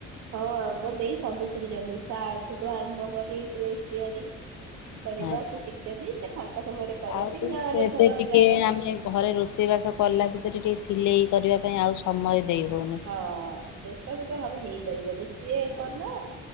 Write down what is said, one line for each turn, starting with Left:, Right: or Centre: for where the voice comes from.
Right: ହଁ ମ ଦେଇ ସବୁ ଶିଖିଛନ୍ତି ସାର୍ଠୁଠୁ ଆରମ୍ଭ କରି ଡ୍ରେସ ତିଆରି
Left: ଆଜ୍ଞା
Right: କରିବା ସେ ଶିଖିଛନ୍ତି ସେ ଫାଙ୍କ ସମୟରେ କରନ୍ତି
Left: ଆଉ
Right: ଗାଁ ରେ
Left: ଏବେ
Right: ଧର
Left: ଟିକେ
Right: ଯାର
Left: ଆମେ ଘରେ ରୋଷେଇବାସ କଲା ଭିତରେ ଟିକେ ସିଲେଇ କରିବା ପାଇଁ ଆଉ ସମୟ ଦେଇ ହେଉନି।
Right: ହଁ ସେ ସବୁ ତ ସବୁ ହେଇପାରିବନି ସିଏ କର ନା